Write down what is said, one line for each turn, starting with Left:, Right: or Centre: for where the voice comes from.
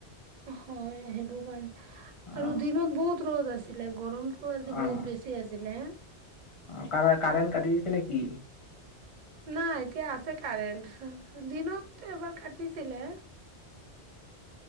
Right: হয় সেইটো পাৰে
Left: অ',
Right: আৰু দিনত বহুত ৰ'দ আছিলে গৰমতটো আজি
Left: অ',
Right: বহুত বেছি আছিলে হে।
Left: অ', কাৰে-কাৰেণ্ট কাটি দিছে নেকি?
Right: নাই এতিয়া আছে কাৰেণ্ট দিনত এবাৰ কাটিছিলে।